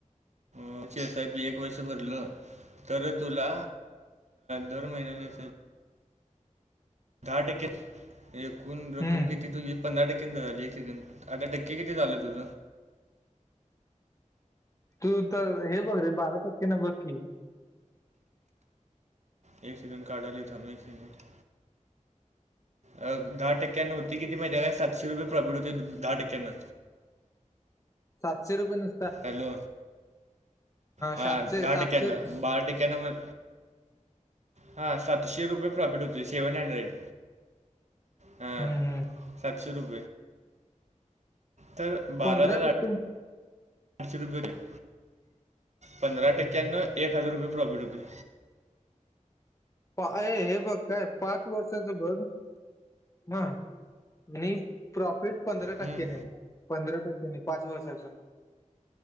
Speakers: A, on the right; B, on the left.
A: पुढची एस आय पी एक वर्ष भरलं तर, तुला दर महिन्याने एस आय दहा टक्के एकूण रक्कम
B: हम्म
A: किती तूझी पंधरा टक्क्यांचा झाली, एक सेकंड आता टक्के किती झाल तुझ?
B: तू तर, हे बघ रे बारा टक्के न बघ की.
A: एक सेकंड काढालोय, थांब एक सेकंड. दहा टक्क्यानं होतय किती माहिती हाय काय? सातशे रुपये प्रॉफिट होतय दहा टक्क्यांन.
B: सातशे रुपये न
A: हॅलो! हा
B: सातशे
A: दहा
B: सातशे
A: टक्क्यान
B: हम्म,
A: बारा टक्क्यान म हा, सातशे रुपये प्रॉफिट होतोय. सेव्हन हंड्रेड हा
B: हम्म.
A: सातशे रुपये. तर बारा
B: पंधरा
A: हजार
B: टक्के
A: आठशे रुपये होतयं पंधरा
B: हम्म.
A: टक्क्यान. एक हजार रुपये प्रॉफिट होतेय.
B: अ हे बघ काय पाच वर्षाचं बघ हा आणि प्रॉफिट पंधरा
A: हम्म,
B: टक्केने, पंधरा टक्केने पाच वर्षाच्या.